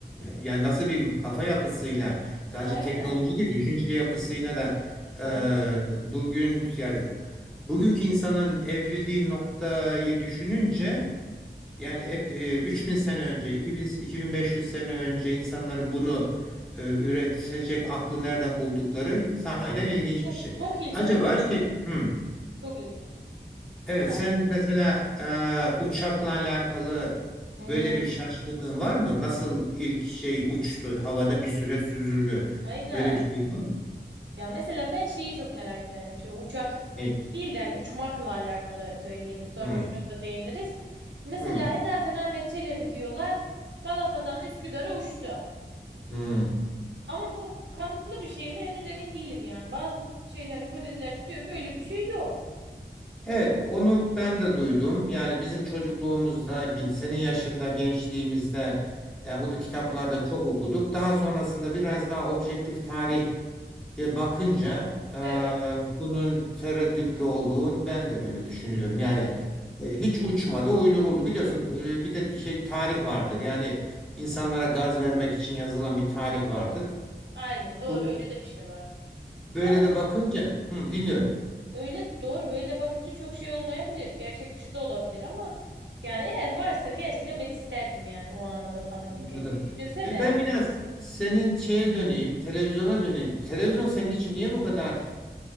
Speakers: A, in the centre; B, on the right (about 85°).
A: yani nasıl bir kafa yapısıyla, sadece
B: Aynen.
A: teknoloji değil, düşünce yapısıyla da e,
B: Aynen.
A: bugün yani bugünkü insanın evrildiği noktayı düşününce Yani hep e, 3000 sene önce, 2000, 2500 sene önce insanların bunu e, üretecek aklı nereden buldukları sahiden ilginç
B: Çok,
A: bir şey.
B: çok ilginç.
A: Acaba şey, hmm,
B: Çok ilginç.
A: evet
B: Ha.
A: sen mesela e, uçakla alakalı
B: Hmm.
A: böyle bir şaşkınlığın var mı? Nasıl ilk şey uçtu, havada bir süre süzüldü?
B: Aynen.
A: Böyle bir şey var mı?
B: Ya mesela ben şeyi çok merak ederdim. Şimdi uçak
A: Ne?
B: değil de hani uçmakla alakalı söyleyeyim. Sonra
A: Hmm,
B: uçağa da değiniriz. Mesela
A: hmm,
B: Hezarfen Ahmet Çelebi diyorlar. Galata'dan Üsküdar'a uçtu.
A: hmm.
B: Ama bu kanıtlı bir şey mi? Henüz emin değilim yani. Bazı şeyler hipotezlerde diyor ki öyle bir şey yok.
A: Evet, onu ben de duydum. Yani bizim çocukluğumuzda, ge- senin yaşında, gençliğimizde, yani bunu kitaplarda
B: Hı hı.
A: çok okuduk. Daha sonrasında biraz daha objektif tarihe bakınca e,
B: Evet,
A: bunun tereddütlü olduğunu ben de öyle düşünüyorum.
B: evet.
A: Yani e, hiç uçmadı, uyduruldu. Biliyorsun e, bir de şey tarih vardır. Yani insanlara gaz vermek için yazılan bir tarih
B: Hı.
A: vardır.
B: Aynen doğru
A: Bu
B: öyle de bir şey var.
A: böyle
B: Yani
A: de bakınca, hı, dinliyorum.
B: öyle doğru böyle de bakınca çok şey olmayabilir. Gerçek dışı da olabilir ama yani eğer varsa gerçekten ben isterdim yani o ana da tanıklık
A: Anladım.
B: etmeyi. Düşünsene.
A: Peki Ben biraz senin şeye döneyim, televizyona döneyim. Televizyon senin için niye bu kadar